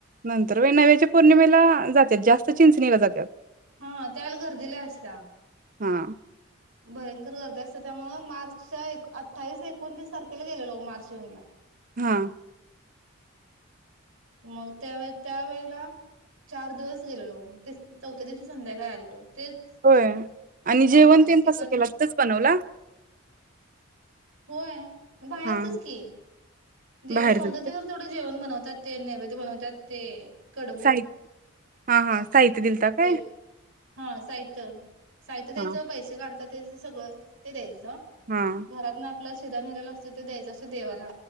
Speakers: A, on the right; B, on the right.
A: नंतर व नव्याच्या पौर्णिमेला जातात जास्त चिंचनेला जात
B: हा त्यावेळेला गर्दी लय असतीया.
A: हा
B: भयंकर गर्दी असतं त्यामुळ मार्चच्या अठ्ठावीस एकोणतीस तारखेला गेलेलो मार्च एंडला
A: हा
B: मग त्या वेळेत त्या वेळेत तुला चार दिवस गेलेलो चौथ्या दिवशी संध्याकाळ आलेलो. तेच
A: होय
B: की
A: आणि
B: हा
A: जेवण
B: मग
A: तेन
B: तिकडन
A: कस केलं तिथंच बनवलं.
B: होय बाहेरचच
A: हां,
B: की जेव
A: बाहेर
B: सौंदत्ती
A: जायचं.
B: वर तेवढं जेवण बनवतात ते नैवेद्य बनवतात. ते कडवू
A: साहि हां, हां. साहित्य दिलता काय?
B: दे हा साहित्य साहित्य द्यायचं
A: हां,
B: पैसे काढत. त्याच सगळं ते द्यायचं. घरात
A: हां.
B: ना आपला सिदा नेलेला असतो तो द्यायचा. देवाला